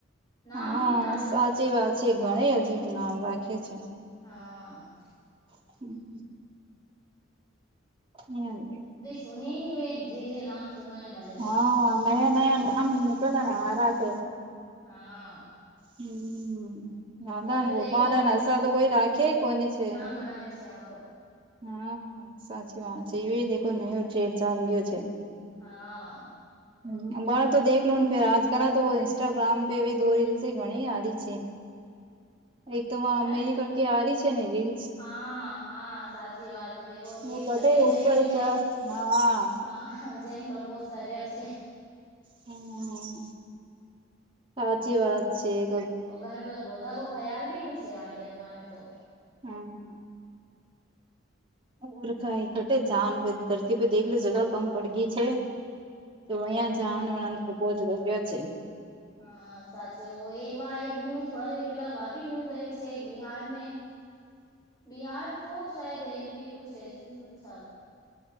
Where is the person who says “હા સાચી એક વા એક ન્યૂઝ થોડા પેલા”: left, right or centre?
Left